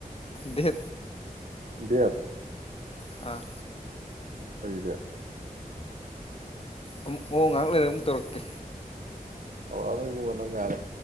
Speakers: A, on the left (about 40°); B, on the right (about 60°).
A: ꯗꯦꯠ
B: ꯗꯦꯠ
A: ꯑ
B: ꯀꯩꯗ
A: ꯑꯃꯨꯛ ꯃꯑꯣꯡ ꯉꯥꯏꯍꯥꯛ ꯂꯩꯔꯒ ꯑꯃꯨꯛ ꯇꯧꯔꯛꯇꯦ
B: ꯑ ꯀꯕꯗꯉꯥꯏꯔꯦ